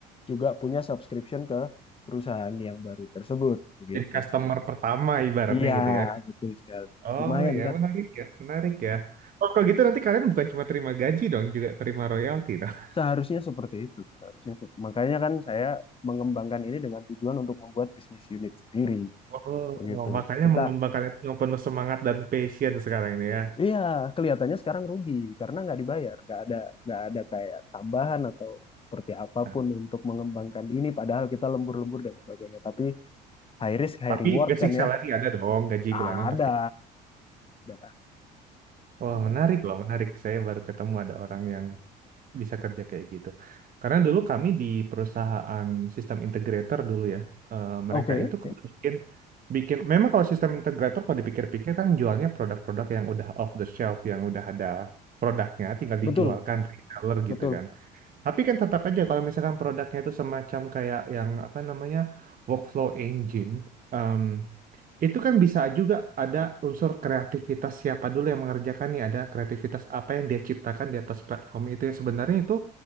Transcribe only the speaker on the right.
Jadi customer pertama ibaratnya
gitu ya.
Oh
ya,
menarik ya, menarik ya. Oh, kalau gitu nanti kalian bukan cuma terima gaji dong, juga terima royalti dong.
Oh,
<laughs> makanya
mengembangkan itu yang penuh semangat dan passion sekarang ini ya.
Nah,
tapi
basic
salary
ada dong, gaji
bulanan pasti.
Wah,
menarik loh, menarik. Saya baru ketemu ada orang yang bisa kerja kayak gitu. Karena dulu kami di perusahaan sistem integrator dulu ya, eh,
mereka itu
kan bikin bikin memang kalau sistem integrator kalau dipikir-pikir kan jualnya produk-produk yang udah off the shelf yang udah ada produknya tinggal
dijualkan reseller
gitu kan. Tapi kan tetap aja kalau misalkan produknya itu semacam kayak yang apa namanya workflow engine em, itu kan bisa juga ada unsur kreativitas siapa dulu yang mengerjakan nih, ada kreativitas apa yang dia ciptakan di atas platform itu yang sebenarnya itu